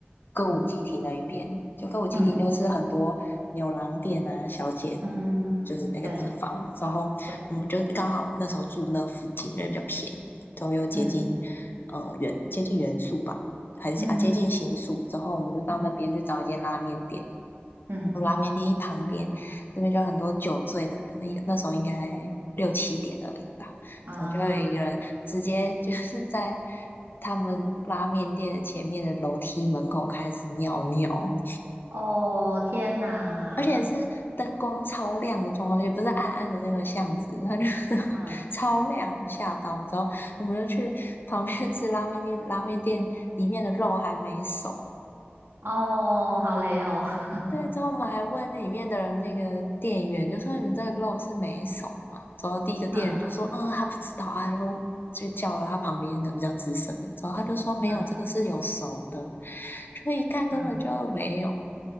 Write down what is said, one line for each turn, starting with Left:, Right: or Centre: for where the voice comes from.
Left: 歌舞伎町那一边，
Right: 嗯
Left: 就歌舞伎町就是很多牛郎店啊、
Right: 嗯
Left: 小姐，
Right: 嗯，
Left: 就是那个地方。
Right: 对
Left: 然后我们就刚好那时候住那附近，
Right: 对，
Left: 因为比较便宜，都又接近呃原接近原宿吧，
Right: 嗯
Left: 很是啊接近新宿。
Right: 嗯
Left: 之后我们就到那边去找一间拉面店。
Right: 嗯嗯
Left: 有拉面店一旁边，那边就有很多酒醉的人，那那时候应该六七点而已吧，
Right: 啊，
Left: 然后就有一个人直接 <laughs> 就是在他们拉面店的前面的楼梯门口开始尿尿，
Right: 哦，天哪，
Left: 而且是灯光超亮的状况，也不是暗暗的那个巷子，它就是 <laughs>
Right: 嗯，
Left: 超亮，吓到。之后我们就去旁边吃拉面店，拉面店里面的肉还没熟，
Right: 哦，好累哦，<laughs>
Left: 对，之后我们还问那里面的人，那个店员就说：“你们这个肉是没熟吗？”之后第一个店员就说：
Right: 嗯
Left: “嗯，他不知道啊。”然后就叫了他旁边可能比较资深的，之后他就说：“没有，
Right: 嗯
Left: 这个是有熟的。”所以一看根本就没有。
Right: 嗯，